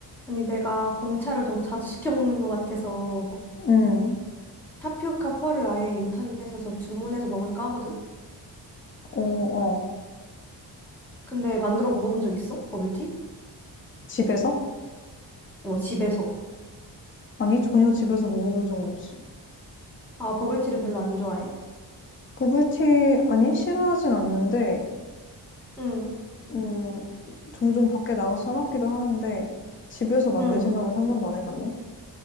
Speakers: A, in the centre; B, on the left.
A: 아니, 내가 공차를 너무 자주 시켜 먹는 것 같아서
B: 응,
A: 타피오카 펄을 아예 인터넷에서 주문해서 먹을까 하거든?
B: 어, 어.
A: 근데 만들어 먹어본 적 있어? 버블티?
B: 집에서?
A: 어, 집에서.
B: 아니, 전혀 집에서 먹어본 적은 없어.
A: 아, 버블티를 별로 안 좋아해?
B: 버블티, 아니, 싫어하진 않는데,
A: 응,
B: 음, 종종 밖에 나가서 사 먹기도 하는데, 집에서 만들
A: 응,
B: 생각은 한 번도 안 해봤네.